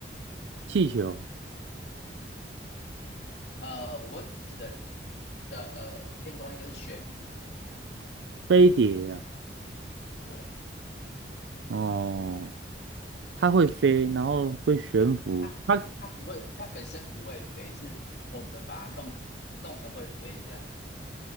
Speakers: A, on the right; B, on the left.
A: 气球、
B: 呃，我指的的天空应该是悬浮啦，嗯，
A: 飞碟啊。
B: 不对。
A: 哦，它会飞，然后会悬浮。
B: 它它不会，
A: 它，
B: 它本身不会飞，是我们把它弄弄成会飞这样子。